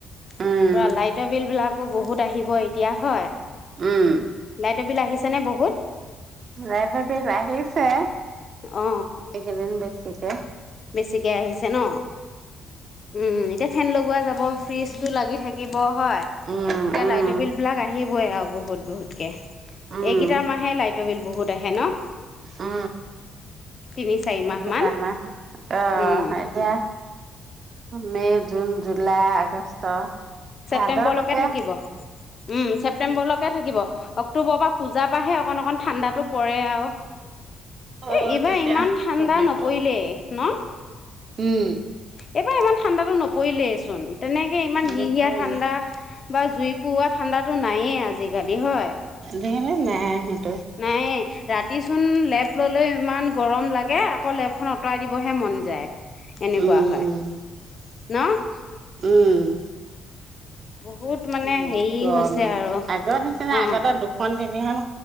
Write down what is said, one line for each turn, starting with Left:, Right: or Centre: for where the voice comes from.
Left: পোৰা
Right: উম,
Left: লাইটৰ বিল বিলাকো বহুত আহিব এতিয়া হয়।
Right: উম'।
Left: লাইটৰ বিল আহিছে নে বহুত?
Right: লাইটৰ বিল আহিছে এই
Left: অ
Right: কেইদিন বেছ তিয়া
Left: বেছিকে আহিছে ন? উম' এতিয়া ফেন লগোৱা যাব ফ্ৰিজটো লাগি থাকে লাগিব হয়।
Right: উম,
Left: এতিয়া
Right: উম,
Left: লাইটৰ বিল বিলাক আহিবই আৰু বহুত বহুত এইকেইটা
Right: উম,
Left: মহে লাইটৰ বিল বহুত আহে ন
Right: অ
Left: তিনি চাৰি
Right: এটো
Left: মাহ মান
Right: কাম আহ
Left: উম
Right: এতিয়া মে, জুন, জুুলাই, আগষ্ট
Left: ছেপ্তেম্বৰলৈকে
Right: ভাদলৈকে
Left: থাকিব উম ছেপ্তেম্বৰলৈকে থাকিব অক্টোবৰ পৰা পূজা ত পৰাৰাাহে অকণ অকণ ঠাণ্ডাতো পৰে আৰু
Right: অ'
Left: এ এইবাৰ
Right: তেতিয়া
Left: ইমান ঠাণ্ডা
Right: কমিব
Left: নপৰিলেই ন
Right: উম
Left: এইবাৰ ইমান ঠাণ্ডাতো নপৰিলেই চোন তেনেকে ইমান হিহিয়া
Right: নপৰিলে
Left: ঠাণ্ডা বা জুই পোৱা ঠাণ্ডা টো নায়ে আজিকালি হয়
Right: দেহলে নাই স
Left: নায়েই ৰাতিচোন লেব ল'লে ইমান গৰম লাগে আকৌ লেবখন আঁতৰাই দিবহে মন যায়
Right: উম,
Left: এনেকুৱা হয়
Right: উম'।
Left: ন
Right: উম
Left: বহুত মানে
Right: উ
Left: হেৰি
Right: গৰম
Left: হৈছে
Right: এইবাৰ
Left: আৰু
Right: আগত নিচিনা
Left: অ
Right: আগতে দুখন মিখন